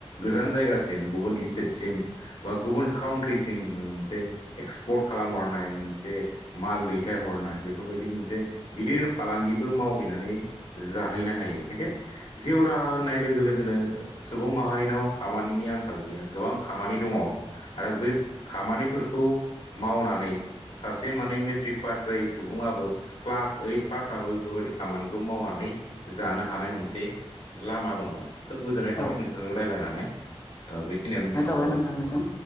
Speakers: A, on the left; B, on the left.
A: गोजान जायगासिम गुबुन स्टेटसिम बा गुबुन काउन्ट्रिसि मोनसे एक्सपर्ट खालामहरनाय मोनसे माल दै हरनाय बेफोरबायदि मोनसे गिदिर फालांगिबो मावहैनानै जाहैनो हायो खिन्थु जिउ राहा होननाय लोगो लोगोनो सुबुं माहारिनाव खामानिनि आंखाल गैया गोबां खामानि दङ आरो बे खामानिफोरखौ मावनानै सासे माने मे ट्रिक पास जायै सुबुङाबो क्लास ओइट पासाबो बेफोरबायदि खामानिखौ मावनानै जानो हानाय मोनसे लामा दं आरो खोब गोजोननाय
B: औ
A: थाबाय नोंथांजों रायजलायनानै ओ बेखिनियावनो दोनथ'बाय।
B: बाय नोंथांनिसिम